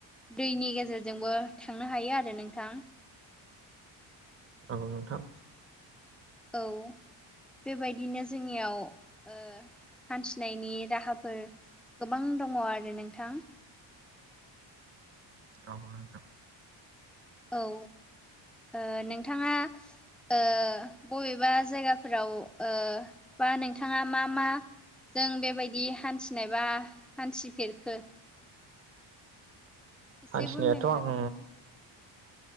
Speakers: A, in the centre; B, on the right.
A: दैनि गेजेरजोंबो थांनो हायो आरो नोंथां
B: औ
A: औ बेबायदिनो जोंनियाव ओ हान्थिनायनि राहाफोर गोबां दङ आरो नोंथां।
B: <unintelligible>
A: औ औ नोंथाङा ओ बबेबा जायगाफोराव औ बा नोंथाङा मा मा जों बेबायदि हान्थिनायबा हान्थिफेरखो एसे
B: हान्थिनायाथ'
A: फोरमायनो
B: आं
A: हागोन नामा?